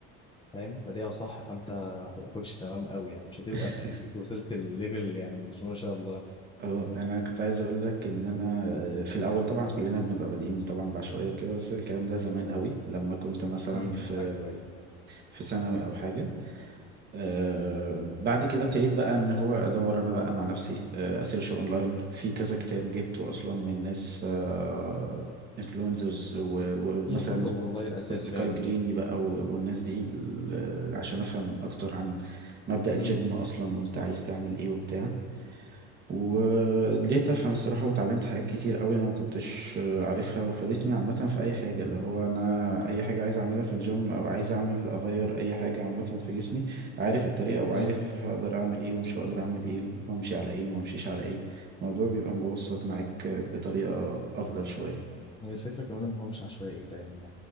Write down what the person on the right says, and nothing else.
<laughs>
اه انا كنت عايز اقول لك ان انا آه، في الاول طبعا كلنا بنبقى بادئين طبعا بعشوائيه وكده بس الكلام ده زمان قوي لما كنت مثلا
في
في ثانوي او حاجه آه، بعد كده ابتديت بقى ان هو ادور انا بقى مع نفسي آه، اسيرش اونلاين في كذا كتاب
جبته اصلا من ناس آه انفلونزرز ومثلا
بوبليكاي
جريني
بقى و- والناس دي ال- عشان افهم اكتر عن مبدأ الجيم
اصلا وانت عايز تعمل ايه وبتاع ولقيت افهم الصراحه واتعلمت حاجات كتير قوي انا ما كنتش عارفها وفادتني عامه في اي حاجه اللي هو انا اي حاجه عايز اعملها في الجيم او عايز اعمل اغير اي حاجه عامه في جسمي عارف الطريقه وعارف
هقدر اعمل ايه ومش هقدر اعمل ايه وامشي على ايه وما امشيش على ايه الموضوع بيبقى مبسط معاك بطريقه افضل شويه